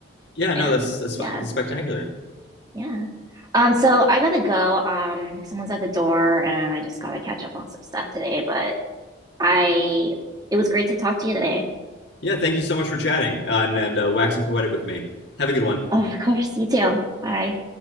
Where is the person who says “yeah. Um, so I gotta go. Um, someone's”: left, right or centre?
Right